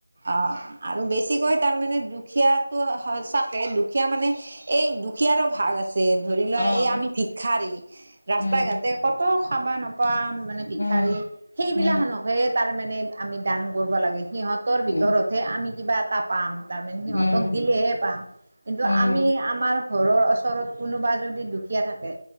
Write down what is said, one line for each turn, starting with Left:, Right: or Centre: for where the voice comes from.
Right: অহ আৰু বেছিকৈ তাৰ মানে দুখ দুখীয়া তো সঁচাকে দুখীয়া মানে এই দুখীয়াৰো ভাগ আছে ছে ধৰি লোৱা
Left: অ',
Right: এই আমি ভিক্ষাৰী ৰাস্তা
Left: উম,
Right: ঘাটে কত খাবা নোপোৱা মানে ভিক্ষাৰী
Left: উম,
Right: সেইবিলাক
Left: উম,
Right: খানকে তাৰ মানে আমি দান কৰিব লাগে সিহঁতৰ ভিতৰত
Left: উম,
Right: যে আমি কিবা এটা পাম তাৰমানে সিহঁতক
Left: উম,
Right: দিলেহে পাম কিন্তু
Left: উম,
Right: আমি আমাৰ ঘৰৰ ওচৰত কোনোবা যদি দুখীয়া থাকে